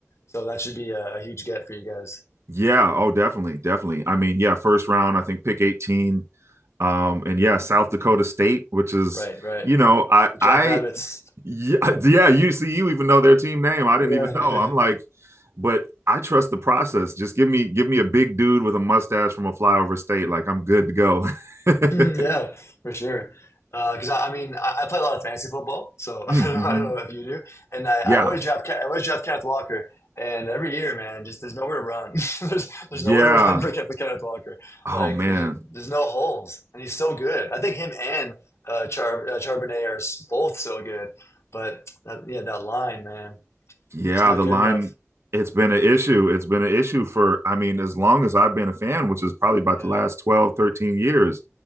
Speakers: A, on the left; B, on the right.
A: So that should be a, a huge get for you guys.
B: yeah. Oh, definitely, definitely. I mean, yeah, first round, I think pick 18. Um, and yeah, South Dakota State, which is
A: Right, right.
B: you know, I,
A: The Jackrabbits.
B: I, <laughs>
A: Yeah,
B: yeah, you see, you even know their team name. I didn't
A: yeah.
B: even know. I'm like,
A: <laughs>
B: but I trust the process. Just give me, give me a big dude with a mustache from a flyover state. Like I'm good to go. <laughs>
A: <laughs> Yeah, for sure. Because I, I mean, I, I play a lot of fantasy football, so <laughs>
B: Mm,
A: I don't know,
B: Mm-hmm.
A: I don't know if you do. And I,
B: Yeah.
A: I always draft, Ke- I always draft Kenneth Walker. And every year, man, just there's nowhere to run. <laughs> There's there's
B: Yeah.
A: nowhere to <laughs> run for, Ken- for Kenneth Walker.
B: Oh
A: Like
B: man.
A: there's there's no holes, and he's so good. I think him and uh, Char uh, Charbonnet are s- both so good. But that, yeah, that line, man,
B: Yeah,
A: just not
B: the
A: good
B: line
A: enough.
B: it's been an issue. It's been an issue for I mean as long as I've been a fan, which is probably about
A: Yeah.
B: the last 12, 13 years,